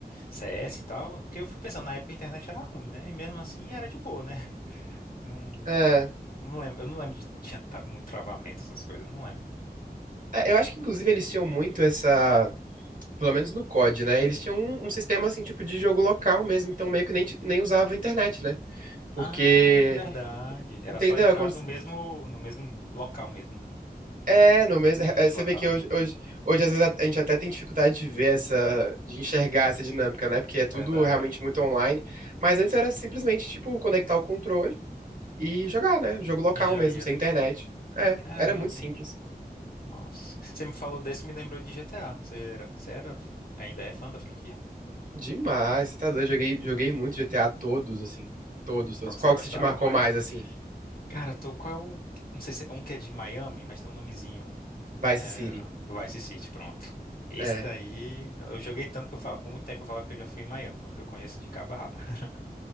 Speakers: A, on the left; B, on the right.
A: CS e tal, porque eu fico pensando, na época a internet era ruim, né? E mesmo assim era de boa, né? Não,
B: É,
A: não lembro, eu não lembro de tinha tra- muito travamento, essas coisas, eu não lembro.
B: É, eu acho que inclusive eles tinham muito essa. Pelo menos no COD, né? Eles tinham um, um sistema assim, tipo de jogo local mesmo, então meio que nem, ti- nem usava internet, né? Porque.
A: Ah, verdade. Era
B: Entendeu?
A: só entrar
B: É como se.
A: no mesmo, no mesmo local mesmo, né?
B: É, não mesmo.
A: A
B: é,
A: rede
B: é, você
A: local.
B: vê que hoje, hoje, hoje, às vezes, a gente até tem dificuldade de ver essa, de enxergar essa dinâmica, né? Porque é tudo
A: Verdade.
B: realmente muito online. Mas antes era simplesmente, tipo, conectar o controle e jogar, né? Jogo local
A: E já
B: mesmo,
A: ia,
B: sem
A: né?
B: internet. É,
A: Caramba,
B: era muito simples.
A: nossa. Você me falou desse, me lembrou de GTA. Você era, você era, ainda é fã da franquia?
B: Demais, você tá doido. Joguei, joguei muito GTA todos, assim. Todos, todos.
A: Qual que
B: Qual
A: você gostava
B: que se te marcou
A: mais?
B: mais, assim?
A: Cara, tô, qual é o, não sei se é um que é de Miami, mas tem um nomezinho.
B: Vice
A: É,
B: City.
A: Vice City, pronto. Esse
B: É.
A: daí, eu joguei tanto que eu falava, por muito tempo eu falava que eu já fui em Miami, porque eu conheço de cabo a rabo. <laughs>